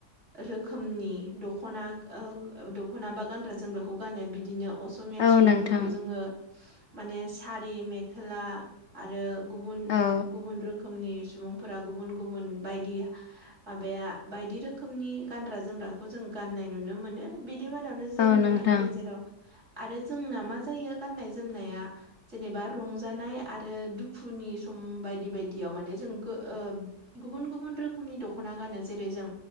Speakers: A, on the right (about 45°); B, on the left (about 65°).
A: रोखोमनि। दख'ना ओ दख'ना बा गानग्रा जोमग्राखौ गानो बिदिनो अस। असमिया
B: औ
A: सुबुंफोरखौ
B: नोंथां
A: जोङो माने सारि मेखला। आरो गुबुन
B: औ
A: गुबुन रोखोमनि सुबुंफोरा गुबुन गुबुन बायदि। माबाया बायदि रोखोमनि गानग्रा जोमग्रा। बो जों गाननाय नुनो मोनो बिदि मादावनो जोंनि
B: औ नोंथां
A: मा गेजेराव। आरो जोंना मा जायो गाननाय जोमनाया। जेनेबा रंजानाय आरो दुखुनि सम बायदि बायदियाव माने जोंखो ओ। गुबुन गुबुन रोखोमनि दख'ना गानो जेरै जों